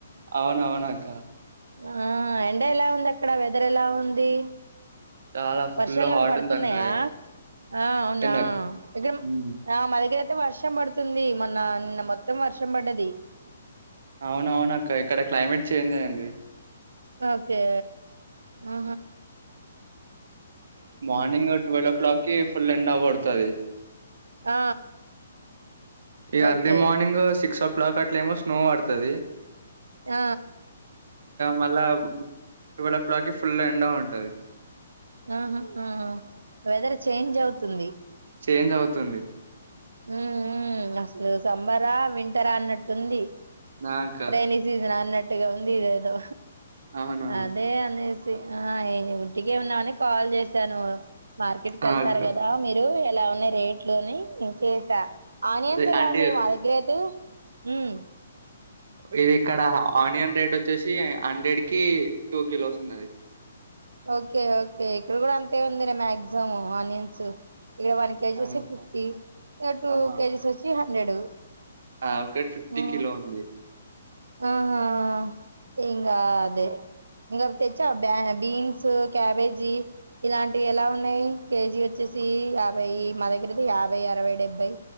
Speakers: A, on the right (about 65°); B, on the right (about 80°).
A: అవును, అవునక్క.
B: ఆ, ఎండ ఇలా ఉందక్క. అక్కడ వెదర్ ఎలా ఉంది?
A: చాలా
B: వర్షాలు
A: ఫుల్
B: ఏమైనా
A: హాట్
B: పడుతున్నాయా
A: ఉందక్క
B: ఆ అవునా
A: ఎంద
B: ఇ <unintelligible>
A: ఉమ్,
B: మా దగ్గర అయితే వర్షం పడుతుంది. మొన్న నిన్న మొత్తం వర్షం పడ్డది.
A: అవునవును అక్క ఇక్కడ క్లైమేట్ చేంజ్ అయింది.
B: ఓకే ఆ
A: మార్నింగ్ ట్వీల్వ్ ఓ క్లాక్కి ఫుల్ ఎండ కొ వత్తది
B: ఆ
A: ఈ
B: ఓకే
A: అర్లీ మార్నింగ్ సిక్స్ ఓ ఫో కాట్లేమో స్నో పడతది.
B: ఆ
A: మళ్ళా ట్వల్వ్ ఓ క్లాక్కిి ఫుల్ ఎండ ఉంటది.
B: ఆహ ఆహ వెదర్ చేంజ్ అవుతుంది.
A: చేంజ్ అవుతుంది.
B: హ్మ్మ్ హు అసలు సమ్మరా వింటరా అన్నట్టుంది.
A: నాక
B: రెని సీజన్ అన్న మట్టిగా ఉంది ఇదే ఏదో
A: అవునవును
B: అదే అనే ఆ ఇంటికే ఉన్నామని కాల్ చేసాను. మార్కెట్ కెళ్తారు
A: ఆ అక్క
B: కదా మీరు ఇలా ఉన్న రేట్ లోని చేసా ఆనియన్స్
A: ఇది
B: ఎలా
A: అంటే
B: ఉంది మా దగ్గరైతే హ్మ్
A: ఇది ఇక్కడ ఆనియన్ రేట్ వచ్చేసి హండ్రెడ్ కి టూ కిలోస్ ఉన్నది.
B: ఓకే ఓకే ఇక్కడ కూడా అంతే ఉంది రా మాక్సిమం ఆనియన్స్ ఇడ వన్ కేజీ
A: ఆ
B: వచ్చి
A: అక్క
B: ఫిఫ్టీ టూ
A: ఆహా
B: కేజీస్ వచ్చి హ నేడు
A: ఆ ఒకటి ఫిఫ్టీ
B: ఆ
A: కిలో ఉంది
B: ఆహా ఆ ఏం కాదే ఇంగా తెచ్చి బ్యా బీన్ బిన్స్, క్యాబేజీ ఇలాంటివి ఎలా ఉన్నాయి కేజీ వచ్చేసి యాభై మాదగ్గరైతే యాభై, అరవై, డెబ్బై